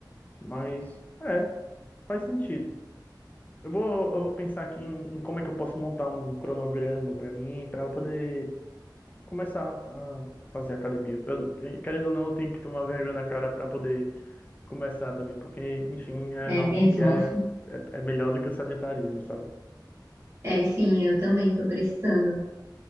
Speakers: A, on the left (about 20°); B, on the right (about 35°).
A: Mas, é, faz sentido. Eu vou, eu vou pensar aqui em, em como é que eu posso montar um cronograma para mim, para eu poder começar a fazer academia. Eu- Querendo ou não, eu tenho que tomar vergonha na cara para poder começar também, porque, enfim, é
B: É
A: algo
B: mesmo.
A: que é,
B: <laughs>
A: é, é melhor do que o sedentarismo, sabe?
B: É, sim, eu também tô precisando.